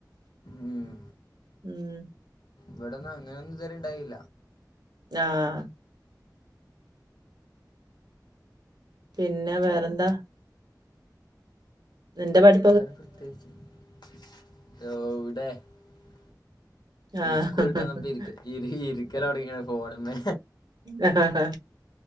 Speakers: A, on the left; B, on the right.
A: ഉം
B: ഉം
A: ഇവിടൊന്നും അങ്ങനൊന്നും ഇതു വരെണ്ടായില്ല
B: ആഹ് പിന്നെ വേറെന്താ? നിന്റെ പഠി
A: <unintelligible>
B: ആഹ്
A: ഇസ്കൂള്ട്ടന്നപ്പം ഇ ഇരിക്കലൊടങ്ങിയ ഫോണുമെ
B: ആ ഹാ